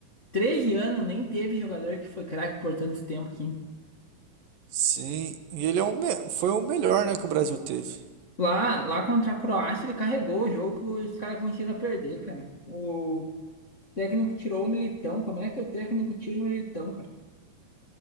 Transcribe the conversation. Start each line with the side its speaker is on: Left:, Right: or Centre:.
Left: 13 anos, nem teve jogador que foi craque por tanto tempo assim.
Right: Sim, e ele é o me- foi o melhor, né, que o Brasil teve.
Left: Lá, lá contra a Croácia, ele carregou o jogo e os caras conseguiram perder, cara. O técnico tirou o Militão. Como é que o técnico tira o Militão, cara?